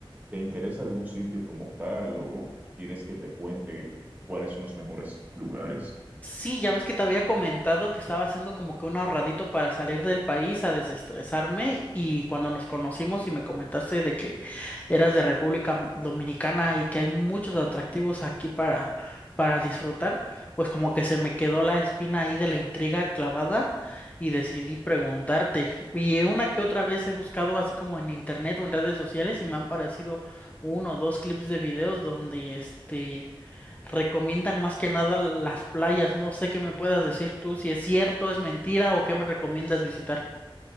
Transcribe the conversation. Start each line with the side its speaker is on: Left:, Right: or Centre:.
Right: ¿Te interesa algún sitio como tal o quieres que te cuente cuáles son los mejores lugares?
Left: Sí, ya ves que te había comentado que estaba haciendo como que un ahorradito para salir del país a desestresarme y cuando nos conocimos y me comentaste de que eras de República Dominicana y que hay muchos atractivos aquí para para disfrutar, pues como que se me quedó la espina ahí de la intriga clavada y decidí preguntarte. Y una que otra vez he buscado así como en internet o en redes sociales y me han parecido uno o dos clips de videos donde este recomiendan más que nada las playas. No sé qué me puedas decir tú, si es cierto, es mentira o qué me recomiendas visitar.